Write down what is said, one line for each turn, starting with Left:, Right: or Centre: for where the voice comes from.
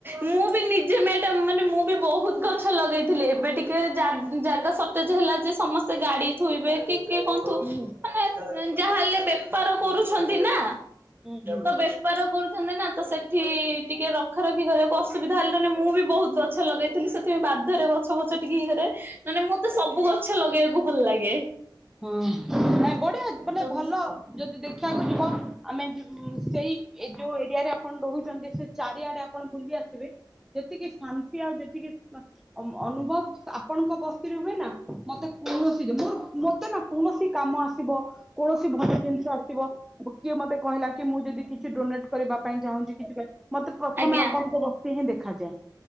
Right: ମୁଁ ନିଜେ ମ ମାନେ ମୁଁ ବି ବହୁତ ଗଛ ଲଗେଇଥିଲି ଏବେ ଟିକେ ଜାଗା ଜାଗା ସ ସଟେଜ୍ ହେଲା ଯେ ସମସ୍ତେ ଗାଡି ଥୋଇବେ ଟିକିଏ କୁହନ୍ତୁ
Centre: ହୁଁ
Right: ମାନେ ଯାହାହେଲେ ବେପାର କରୁଛନ୍ତି ନା।
Centre: ହୁଁ
Right: ତ ବେପ୍ ପଡୁଥିନେ ନା ତ ସେଠି ଟିକେ ରଖ ରଖି କରିବାକୁ ଅସୁବିଧା ହେଲାାନେ ମୁଁ ବି ବହୁତ ଗଛ ଲଗେଇଥିଲି ସେଥିପଁ ବାଧ୍ୟରେ ଗଛ ଫଛ ଟିକେ ଇଏ କରେ ମାନେ ମତେ ସବୁ ଗଛ ଲଗେଇବାକୁ ଭଲ ଲାଗେ।
Centre: ହଁ େ ମାନେ
Right: ତ
Centre: ଭଲ
Right: ମୁଁ
Centre: ଯଦି ଦେଖ କୁ ଯିବ ଆମେ- ହଁ ସେଇ ଏ ଯୋଉ ଏରିଆରେ ଆପଣ ରହୁଛନ୍ତି। ସେ ଚାରିଆଡେ ଆପଣ ବୁଲି ଆସେ ଯେତିକି ଶାନ୍ତି ଆଉ ଯେତିକି ଅନୁଭବ ଆପଣଙ୍କ ବସ୍ତିରେ ହୁଏ ନା ମତେ କୌଣସି ଯେ ମୋର ମତେ ନା କୌଣସି କାମ ଆସିବ କୌଣସି ଭଲ ଜିନିଷ ଆସିବ କିଏ ମୋତେ କହିଲା ମୁ ଯଦ କିଛି ଡୋନେଟ। କରିବା ପାଇଁ ଚାହୁଁଛି କିଛି ମତେ ପ୍ରଥମେ
Right: ଆଜ୍ଞା
Centre: ଆପଣଙ୍କର କିହି ଦେଖାଯାଏ